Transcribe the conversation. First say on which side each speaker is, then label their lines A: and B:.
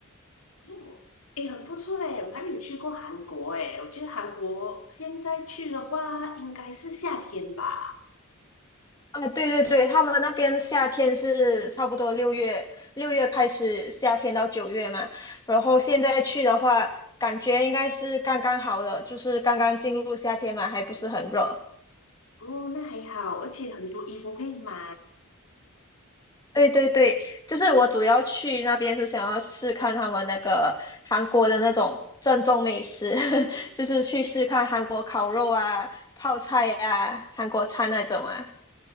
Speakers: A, on the left; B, on the left.
A: 哦，哎，很不错嘞，我还没有去过韩国哎，我觉得韩国现在去的话应该是夏天吧。
B: 啊，对对对，他们那边夏天是差不多六月，六月开始夏天到九月嘛。然后现在去的话，感觉应该是刚刚好的，就是刚刚进入夏天嘛，还不是很热。
A: 哦，那还好，而且很多衣服可以买。
B: 对对对，就是我主要去那边是想要试看他们那个韩国的那种正宗美食，<laughs> 就是去试看韩国烤肉啊、泡菜啊、韩国餐那种啊。